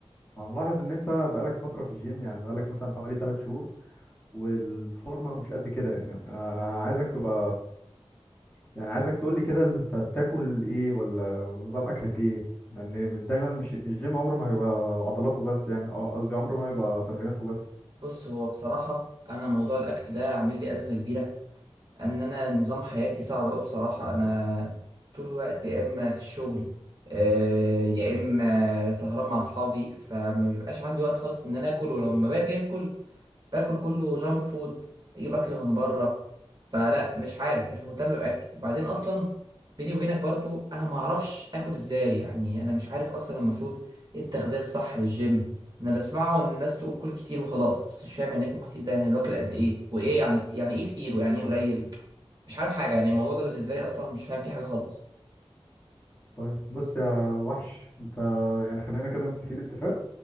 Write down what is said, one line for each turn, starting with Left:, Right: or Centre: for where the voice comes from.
Left: انا ملاحظ ان انت بقالك فترة في الجيم يعني بقالك مثلا حوالي 3 شهور والفورمة مش قد كده يعني انا أنا عايزك تبقى يعني عايزك تقول لي كده اللي انت بتاكل ايه ولا ولا نظام اكلك ايه لان دايما مش الجيم عمره ما هيبقى عضلاته بس يعني اه قصدي عمره ما هيبقى تمريناته بس
Right: بص هو بصراحه انا موضوع الاكل ده عامل لي ازمه كبيره ان انا نظام حياتي صعب قوي بصراحه انا طول الوقت يا اما في الشغل آه، يا اما سهران مع اصحابي فما بيبقاش عندي وقت خالص ان انا اكل ولما باجي اكل باكل كله جانك فود اجيب اكل من بره فلا مش عارف مش مهتم باكلي وبعدين اصلا بيني وبينك برضو انا ما اعرفش اكل ازاي يعني انا مش عارف اصلا المفروض ايه التغذيه الصح للجيم انا اللي بسمعه ان الناس تقول كل كتير وخلاص بس مش فاهم يعني اكل كتير ده يعني لو اكل قد ايه وايه يعني كتير يعني ايه كتير ويعني ايه قليل مش عارف حاجة يعني الموضوع ده بالنسبة لي أصلا مش فاهم فيه حاجة خالص
Left: طيب بص يا وحش انت يعني خلينا كده متفقين اتفاق